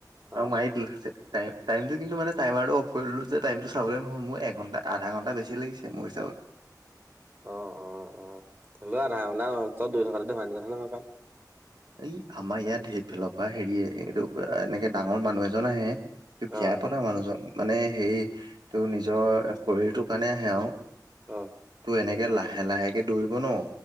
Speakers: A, on the right; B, on the right.
A: আৰু
B: অ
A: মাৰি দিলোমটো কিন্তু মানে টাইমাৰটো অফ কৰিলো যে টাইমটো চাবলৈ নহ'ল মোৰ এঘণ্টা আধা ঘণ্টা বেছি লাগিছে মোৰ হিচত
B: অহ', - অ', - অ', - থলুৱা আধা ঘনা ত দুইশকা ধম কথা নহয় পাই।
A: এই আমাৰ ইয়াত সেইফালৰ পৰা হেৰিয়ে এইটো এনেকে ডাঙৰ মানুহ এজন আহে। এই বিয়া
B: অ
A: পা- মানুহজন মানে সেইটো নিজৰ শৰীৰটোৰ কাৰণে আহে আৰু-
B: অঁ।
A: তোৰ এনেকে লাহে-লাহেকে দৌৰিব ন।